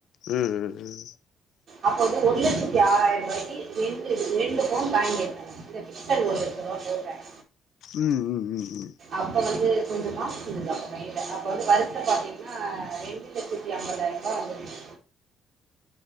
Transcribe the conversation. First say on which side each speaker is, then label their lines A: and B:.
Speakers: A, on the left (about 80°); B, on the right (about 70°).
A: உம் உம் உம்
B: அப்போது ஒரு லட்சத்தி ஆறாயிரம் ரூபாயிக்கு ரெண்டு ரெண்டு பவுன் வாங்கிருப்பேன் இந்த பிக்சட் ஒரு லட்சம் ரூபாய் போட்டேன்
A: உம் உம் உம் உம்
B: அப்போ வந்து கொஞ்சம் காசு இருந்தது அப்ப கை யில அப்ப வந்து வருச பாத்தீங்கன்னா ரெண்டு லட்சத்தி ஐம்பதாயிரம் ரூபாய் வந்து